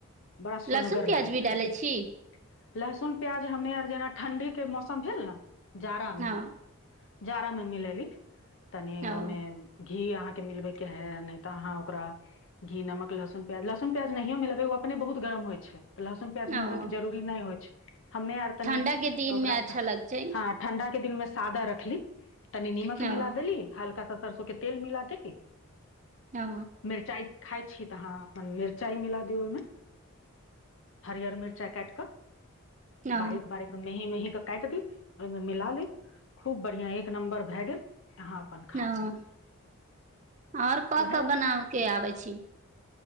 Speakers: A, on the left (about 55°); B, on the right (about 30°).
A: बड़ा सोनगर
B: लहसुन प्याज
A: लागै
B: भी
A: छै
B: डालै छी
A: लहसुन प्याज हमे आर जना ठंडी के मौसम भेल न जाड़ा
B: हँ
A: मे जाड़ा मे मिलेली तनि
B: ओ
A: ओइ मे घी अहांँक के मिलबै के है नहि तऽ आहांँ ओकरा‌ घी नमक लहसुन प्याज लहसुन प्याज नहियो मिलेबै ओ अपने बहुत गरम होइ छै लहसुन प्याज मिलबै
B: ओ
A: के जरुरी नहि होइ <inaudible> हमे अर‌ तनी
B: ठंडा के दिन
A: ओकरा‌
B: मे अच्छा
A: सऽ
B: लगतै
A: हंँ ठंडा के दिन मे सादा रखली तनि निमक
B: ओ
A: मिला देली हल्का सा सरसों के तेल मिला देली
B: ओ
A: मिर्चाय खाय छी‌ तऽ अहाँ अपन मिरचाय मिला दियौ ओइ मे हरियर मिरचाय काइट कऽ
B: ओ
A: बारीक बारीक मेहीं मेहीं क काइट दियो ओइ मे मिला ली‌ खूब बढ़ियाँ एक नंबर भऽ गेल अहाँ अपन खाउ
B: हंँ आओर क-क
A: तऽ हे
B: बनाबै के आबै छी